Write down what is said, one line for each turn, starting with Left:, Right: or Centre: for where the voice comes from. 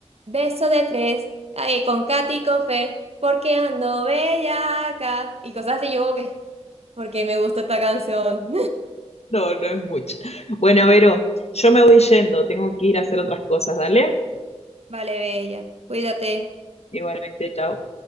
Right: Beso de tres, ay, con Katy y con Fer, porque ando bellaca, y cosas así, yo como que, porque me gusta esta canción.
Left: No, no es mucho. Bueno, Vero, yo me voy yendo, tengo que ir a hacer otras cosas, dale.
Right: <laughs> Vale, bella, cuídate.
Left: Igualmente, chao.